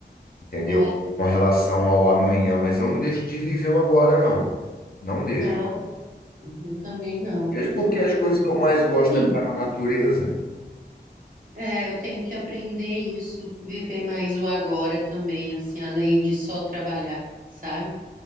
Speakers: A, on the left; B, on the right.
A: entendeu?
B: É,
A: Com relação ao amanhã, mas eu não deixo de viver o agora, não. Não deixo.
B: não, eu também não.
A: Mesmo porque as coisas que eu mais gosto
B: <clears throat>
A: é estar na natureza.
B: É, eu tenho que aprender isso, viver mais o agora também, assim, além de só trabalhar, sabe?